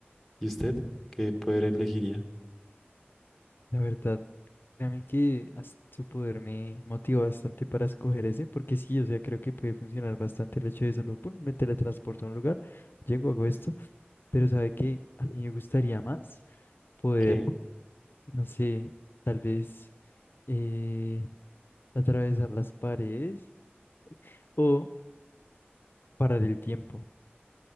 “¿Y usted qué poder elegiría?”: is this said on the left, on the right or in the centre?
Centre